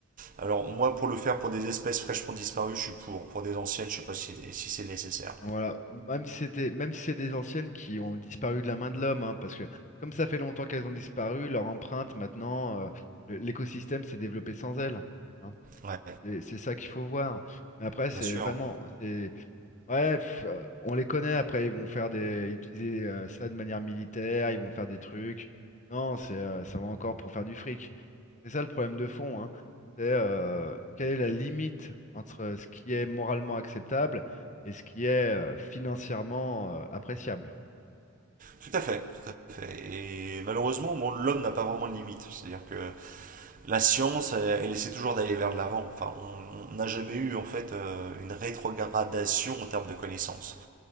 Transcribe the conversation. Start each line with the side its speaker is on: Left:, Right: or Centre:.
Right: Alors, moi, pour le faire pour des espèces fraîchement disparues, je suis pour. Pour des anciennes, je ne sais pas si, si c'est nécessaire.
Left: Voilà, même si c'était, même si c'est des anciennes qui ont disparu de la main de l'homme, hein, parce que comme ça fait longtemps qu'elles ont disparu, leur empreinte maintenant, euh, le- l'écosystème s'est développé sans elles. hein.
Right: Ouais,
Left: C'est c'est ça qu'il faut voir. Mais après, c'est
Right: bien sûr.
Left: vraiment, c'est Ouais, pff, euh, on les connaît après, ils vont faire des, utiliser euh, ça de manière militaire, ils vont faire des trucs. Non, c'est, euh, ça va encore pour faire du fric. C'est ça le problème de fond, hein. C'est euh, quelle est la limite entre ce qui est moralement acceptable et ce qui est euh, financièrement euh, appréciable.
Right: Tout à fait, tout à fait. Et malheureusement, bon, l'homme n'a pas vraiment de limite. C'est-à-dire que la science, elle, elle essaie toujours d'aller vers de l'avant. Enfin, on on n'a jamais eu, en fait, euh, une rétrogradation en termes de connaissances.